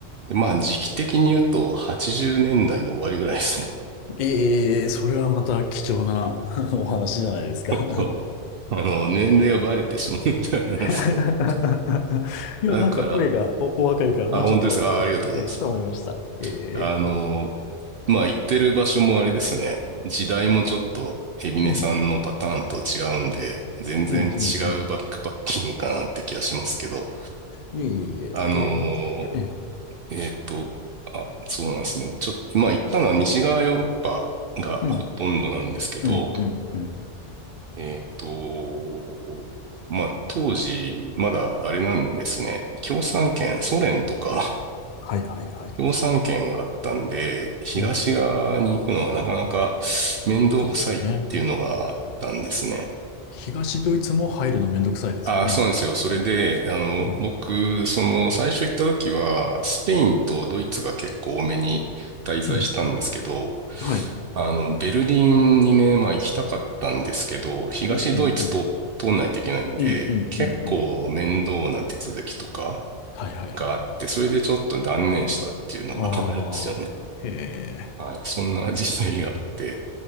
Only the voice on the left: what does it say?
ええ、それはまた貴重な <laughs> お話じゃないですか。
<laughs> いや、
なんか声がお、お若いから、
もうちょっとお、
ええ、と思いました。ええ、
うん、
うん、うん、うん。いえいえいえ、
ええ、もっと、ええ、
うん、うん、うん、うん。
はいはいはいはいはい。
うん、
そうですよね。東ドイツも入るのめんどくさいですよね、
当時だったら。
うん、
うん、はい。
うん、うん、うん。うん、うん、
うん、うん。はいはいはい。
ああ、へえ。